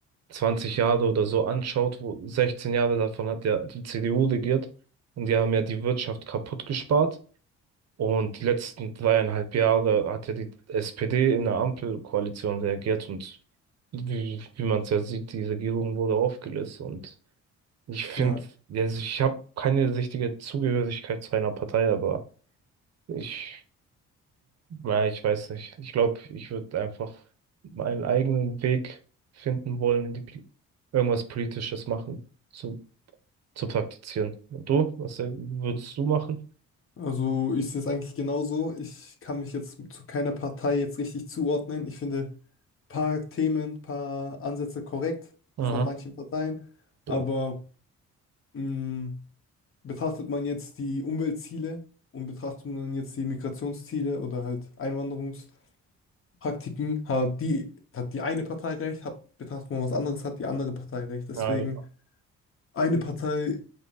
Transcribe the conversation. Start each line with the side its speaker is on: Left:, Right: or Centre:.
Right: 20 Jahre oder so anschaut, wo 16 Jahre davon hat ja die CDU regiert und die haben ja die Wirtschaft kaputt gespart. Und die letzten dreieinhalb Jahre hat ja die SPD in der Ampelkoalition reagiert und wie, wie man es ja sieht, die Regierung wurde aufgelöst. Und ich finde,
Left: Ja,
Right: also ich habe keine richtige Zugehörigkeit zu einer Partei, aber ich ja, ich weiß nicht. Ich glaube, ich würde einfach meinen eigenen Weg finden wollen, in die Pol- irgendwas Politisches machen, zu, zu praktizieren. Und du? Was äh, würdest du machen?
Left: also ich sehe es eigentlich genauso. Ich kann mich jetzt zu keiner Partei jetzt richtig zuordnen. Ich finde ein paar Themen, ein paar Ansätze korrekt
Right: Mhm.
Left: von manchen Parteien,
Right: Genau.
Left: aber mh, betrachtet man jetzt die Umweltziele und betrachtet man jetzt die Migrationsziele oder halt Einwanderungspraktiken, hat die, hat die eine Partei recht, hat, betrachtet man was anderes, hat die andere Partei recht. Deswegen
Right: Ja, ja.
Left: eine Partei